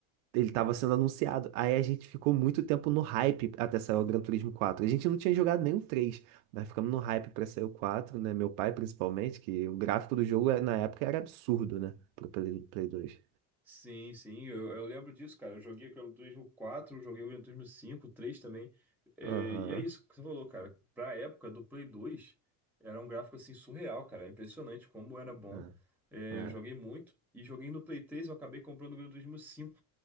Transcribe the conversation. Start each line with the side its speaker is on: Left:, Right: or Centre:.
Right: ele tava sendo anunciado. Aí a gente ficou muito tempo no hype até sair o Gran Turismo quatro A gente não tinha jogado nem o três Nós ficamos no hype pra sair o quatro né? Meu pai, principalmente, que o gráfico do jogo é- na época era absurdo, né? Pro Play, Play dois
Centre: Sim, sim, eu, eu lembro disso, cara. Eu joguei o Gran Turismo quatro joguei o Gran Turismo cinco 3 também. É,
Right: Aham.
Centre: e é isso que você falou, cara. Pra época do Play 2, era um gráfico assim surreal, cara. Impressionante como era bom.
Right: É,
Centre: É,
Right: é.
Centre: eu joguei muito. E joguei no Play 3, eu acabei comprando o Gran Turismo cinco